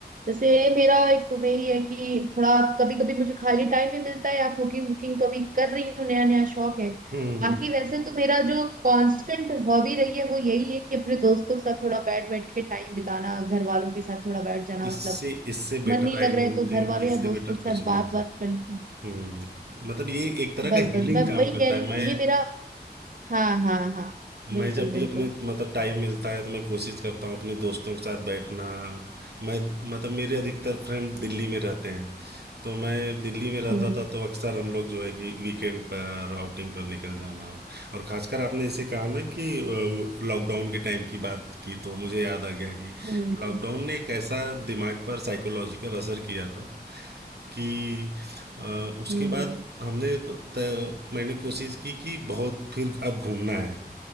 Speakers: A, on the right (about 50°); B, on the right (about 70°).
A: जैसे मेरा एक वही है कि थोड़ा कभी कभी मुझे खाली टाइम भी मिलता है या कुकिंग वुकिंग तो अभी कर रही हूँ नया नया शौक है
B: हम्म
A: बाकी वैसे तो मेरा जो कांस्टेंट हॉबी रही है वो यही है कि अपने दोस्तों के साथ थोड़ा बैठ बैठ के टाइम बिताना घर वालों के साथ थोड़ा बैठ जाना
B: इससे
A: मतलब
B: इससे बेटर
A: मन नहीं
B: आई
A: लग रहा
B: डोंट
A: है तो घर
B: थिंक
A: वालों
B: इससे
A: या दोस्तों
B: बेटर
A: के
B: कुछ
A: साथ
B: भी
A: बात
B: हो सकता
A: बात कर लेती हूँ
B: हम्म मतलब ये एक तरह
A: बस
B: का हीलिंग
A: बस मैं
B: काम
A: वही
B: करता
A: कह रही
B: है
A: हूँ
B: मैं
A: कि ये मेरा हाँ हाँ हाँ बिल्कुल
B: मैं जब भी
A: बिल्कुल
B: अपने मतलब टाइम मिलता है तो मैं कोशिश करता हूँ अपने दोस्तों के साथ बैठना मैं मतलब मेरे अधिकतर फ्रेंड दिल्ली में रहते हैं तो मैं दिल्ली में रहता
A: हम्म
B: था तो अक्सर हम लोग जो है कि वीकेंड पर आउटिंग पर निकल जाना और खासकर आपने जैसे कहा ना कि अ, लॉकडाउन के टाइम की बात की तो मुझे याद आ गया कि
A: हम्म
B: लॉकडाउन ने एक ऐसा दिमाग पर साइकोलॉजिकल असर किया था कि अ, उसके
A: हम्म
B: बाद हमने त- मैंने कोशिश की कि बहुत फिर अब घूमना है